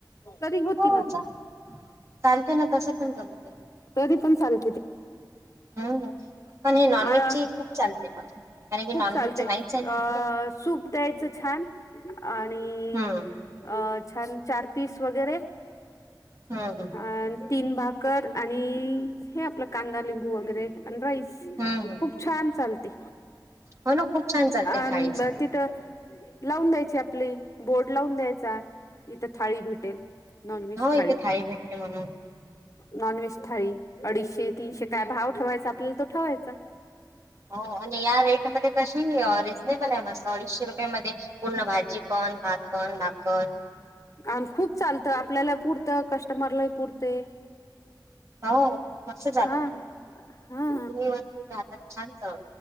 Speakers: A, on the left; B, on the right.
A: तरी होती
B: हो
A: ना
B: जा- चालते ना तसं पण जमते
A: तरी पण चाल
B: <inaudible> हम्म पण हे नॉनव्हेज
A: अ
B: ची खूप चालते पण कारण की नॉनव्हेज
A: चालते
B: च नाहीच आहे
A: अ
B: इकडे
A: खूप द्यायचं छान आणि
B: हम्म
A: अ छान. चार पीस वगैरे
B: हम्म हम्म
A: अ तीन भाकर आणि हे आपलं कांदा, लिंबू वगैरे आणि राईस
B: हम्म
A: खूप छान चालतेय.
B: हो ना खूप छान चालते
A: अ
B: थाळीच
A: ब तिथ लावून द्यायची आपली,, बोर्ड लावून द्यायचा, इथं थाळी भेटेल. नॉन व्हेज
B: हो
A: थाळी.
B: इथे भेटते म्हणून
A: नॉन व्हेज थाळी अडीचशे, तीनशे काय भाव ठेवायचा आपल्याला तो ठेवायचा.
B: हो आणि या रेटमध्येध्ये कशी रिझनेबल आहे मस्त अडीचशे रुपये रूपया मधे पूर्ण भाजी पण, भात पण, भाकर
A: अ खूप चालतं आपल्याला पुरतं कस्टमरलाही पुरते
B: हो, मस्त चालते
A: हा
B: तुम्ही
A: हा
B: म राहता छान चाल